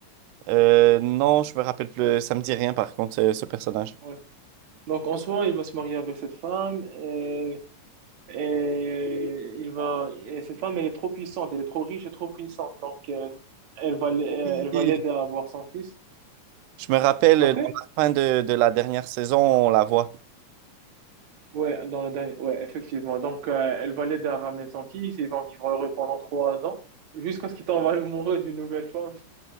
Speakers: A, on the right (about 80°); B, on the right (about 65°).
A: Euh, non, je me rappelle plus. Ça me dit rien par contre, ce, ce personnage.
B: Ouais. Donc en soi, il va se marier avec cette femme et, et il va et cette femme elle est trop puissante, elle est trop riche et trop puissante. Donc euh, elle va l- euh,
A: Et
B: elle va l'aider à avoir son fils.
A: Je me rappelle
B: Tu te rappelles?
A: euh, dans la fin de, de la dernière saison, on la voit.
B: Ouais, dans la dernière. Ouais, effectivement. Donc euh, elle va l'aider à ramener son fils, ils vont vivre heureux pendant trois ans jusqu'à ce qu'il tombe amoureux d'une nouvelle femme.